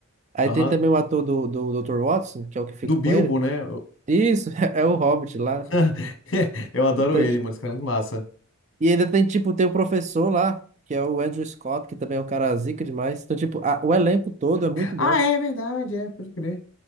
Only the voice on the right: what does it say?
Aí
tem também o ator do, do Dr. Watson, que é o que fica
com ele.
Isso, <laughs> é o Hobbit lá.
Então,
e ainda tem tipo tem o professor lá, que é o Andrew Scott, que também é um cara zica demais. Então tipo, a- o elenco todo é muito bom.